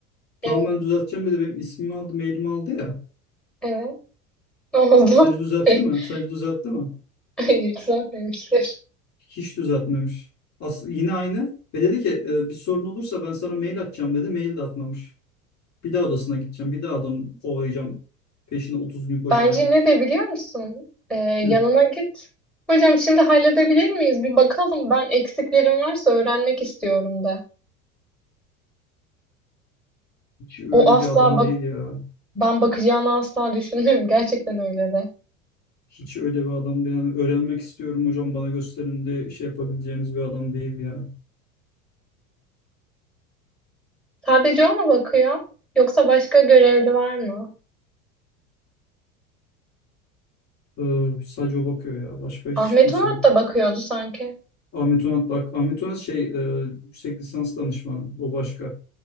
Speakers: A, in the centre; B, on the left.
A: Evet.
B: Tamam ben düzelteceğim dedi. Benim ismimi aldı, mailimi aldı ya.
A: Evet. Ne oldu?
B: Sence düzeltti
A: <laughs>
B: mi? Sence düzeltti mi?
A: Hayır düzeltmemiştir.
B: Hiç düzeltmemiş. As yine aynı. Ve dedi ki e, bir sorun olursa ben sana mail atacağım dedi. Mail de atmamış. Bir daha odasına gideceğim. Bir daha adam kovalayacağım. Peşine 30 gün koşacağım.
A: Bence ne de biliyor musun? Ee, yanına
B: Hı,
A: git. Hocam şimdi halledebilir miyiz? Bir bakalım. Ben eksiklerim varsa öğrenmek istiyorum de.
B: hiç öyle
A: O asla
B: bir adam
A: bak
B: değil ya.
A: ben bakacağını asla düşünmüyorum. <laughs> Gerçekten öyle de.
B: Hiç öyle bir adam değil. Yani öğrenmek istiyorum hocam bana gösterin de şey yapabileceğimiz bir adam değil ya.
A: Sadece o mu bakıyor? Yoksa başka görevli var mı?
B: Ee, sadece o bakıyor ya. Başka hiç
A: Ahmet
B: kimse
A: Onat
B: yok.
A: da bakıyordu sanki.
B: Ahmet Onat bak. Ahmet Onat şey e, yüksek lisans danışmanı. O başka.